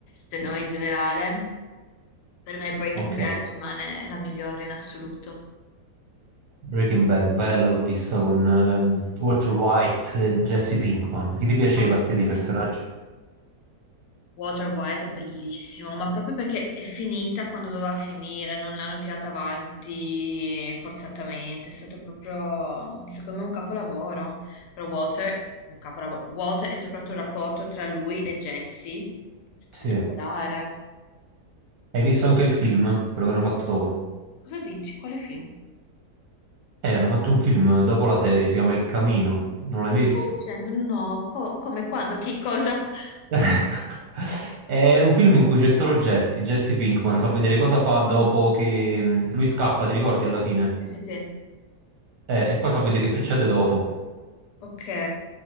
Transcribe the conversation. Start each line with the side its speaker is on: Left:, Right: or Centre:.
Left: se no in generale, per me Breaking
Right: Ok.
Left: Bad rimane la migliore in assoluto.
Right: Breaking Bad, bella, l'ho vista con ehm, Walter White e Jesse
Left: Eh.
Right: Pinkman. Chi ti piaceva
Left: <laughs>
Right: a te di personaggi?
Left: Walter White è bellissimo, ma proprio perché è finita quando doveva finire, non l'hanno tirata avanti forzatamente, è stato proprio, secondo me, un capolavoro. Però Walter, un capolavoro, Walter e soprattutto il rapporto tra lui e Jesse, spettacolare.
Right: Sì. Hai visto anche il film, quello che hanno fatto dopo?
Left: Cosa dici? Quale film?
Right: Eh, hanno fatto un film dopo la serie, si chiama Il Camino. Non l'hai
Left: Cosa
Right: mai visto?
Left: stai dicendo? No, co- come quando? Chi? Cosa? <laughs>
Right: <laughs> È un film in cui c'è solo Jesse, Jesse Pinkman, fa vedere cosa fa dopo che mm, lui scappa, ti ricordi alla fine?
Left: Sì, sì. sì.
Right: Eh, e poi fa vedere che succede dopo.
Left: Ok.